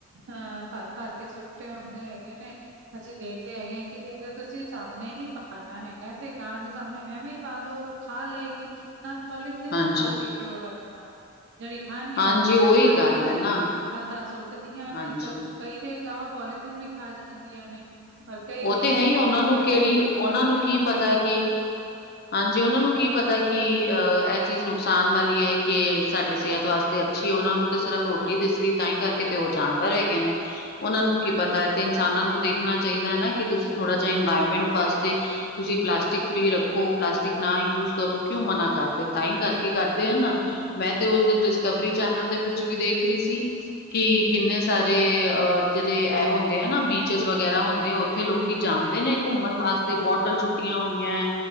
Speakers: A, on the right; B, on the left.
A: ਅਹ ਭਰ- ਭਰ ਕੇ ਸੁੱਟੇ ਹੁੰਦੇ ਹੈਗੇ ਨੇ। ਅਸੀਂ ਦੇਖਦੇ ਹੈਗੇ ਆਂ ਕਿ ਅਰ ਤੁਸੀਂ ਸਾਹਮਣੇ ਹੀ ਪਾਣਾ ਹੈਗਾ ਤੇ ਗਾਂ ਦੇ ਸਾਹਮਣੇ ਐਵੇਂ ਹੀ ਪਾ ਦੋ। ਖਾ ਲਏਗੀ, ਨਾਲ ਪੋਲੀਥੀਨ
B: ਹਾਂਜੀ
A: ਚ ਪਾ ਕੇ ਕਿਉਂ ਰੱਖ ਜਿਹੜੀ ਖਾਣੀ
B: ਹਾਂਜੀ
A: ਆ ਉਹ ਅੱਧਾ
B: ਉਹੀ
A: ਖਾਂਦੀਆਂ
B: ਗੱਲ ਹੈ
A: ਨੇ,
B: ਨਾ
A: ਅੱਧਾ ਸੁੱਟਦੀਆਂ
B: ਹਾਂਜੀ
A: ਨੇ, ਸਭ ਕਈ ਤੇ ਗਾਵਾਂ ਪੋਲੀਥੀਨ ਵੀ ਖਾ ਜਾਂਦੀਆਂ ਨੇ। ਔਰ ਕਈ
B: ਉਹ
A: ਉੱਥੇ
B: ਤੇ ਹੈ
A: ਨਹੀਂ
B: ਹੀ, ਉਹਨਾਂ
A: ਹੁੰਦੀਆਂ
B: ਨੂੰ ਕਿਹੜੀ
A: ਤੇ ਉੱਥੇ ਹੀ
B: ਉਹਨਾਂ
A: ਸੁੱਟ
B: ਨੂੰ
A: ਦਿੰਦੀਆਂ
B: ਕੀ ਪਤਾ
A: ਨੇ
B: ਕਿ ਹਾਂਜੀ, ਉਹਨਾਂ ਨੂੰ ਕੀ ਪਤਾ ਕਿ ਅਹ ਇਹ ਚੀਜ਼ ਨੂੰ ਨੁਕਸਾਨ ਵਾਲੀ ਐ, ਕਿ ਸਾਡੇ ਸਿਹਤ ਵਾਸਤੇ ਅੱਛੀ ਐ, ਉਹਨਾਂ ਨੂੰ ਤੇ ਸਿਰਫ ਰੋਟੀ ਦਿਸਦੀ ਤਾਂਹੀ ਕਰਕੇ ਕਿਤੇ ਉਹ ਜਾਨਵਰ ਹੈਗੇ ਨੇ, ਉਹਨਾਂ ਨੂੰ ਕੀ
A: ਹਾਂਜੀ
B: ਪਤਾ ਤੇ ਇਨਸਾਨਾਂ ਨੂੰ ਦੇਖਣਾ ਚਾਹੀਦਾ ਹੈ ਨਾ। ਕਿ ਤੁਸੀਂ ਥੋੜਾ ਜਿਹਾ ਇਨਵਾਇਰਮੈਂਟ ਵਾਸਤੇ
A: ਹੂੰ
B: ਤੁਸੀਂ ਪਲਾਸਟ ਟਿਕ ਫਰੀ ਰੱਖੋ ਪਲਾਸਟਿਕ ਨਾ ਯੂਸ ਕਰੋ ਕਿਉਂ ਮਨਾ ਕਰਦੇ ਤਾਂ ਈ ਕਰਦੇ ਕੀ ਕਰਦੇ ਆ ਨਾ
A: ਹੂੰ।
B: ਮੈਂ ਤੇ ਉਸ ਦਿਨ ਡਿਸਕਵਰੀ ਚੈਨਲ ਦੇ ਵਿੱਚ ਵੀ ਦੇਖ ਰੀ ਸੀ ਕਿ ਕਿੰਨੇ ਸਾਰੇ ਅ ਜੇਰੇ ਏ ਹੁੰਦੇ ਆ ਨਾ ਬੀਚਿਸ ਵਗੈਰਾ ਹੁੰਦੇ ਉੱਥੇ ਲੋਕੀ ਜਾਂਦੇ ਨੇ ਘੁੰਮਨ ਵਾਸਤੇ ਬੋਟਲ ਸੁੱਟੀਆਂ ਹੋਈ ਏ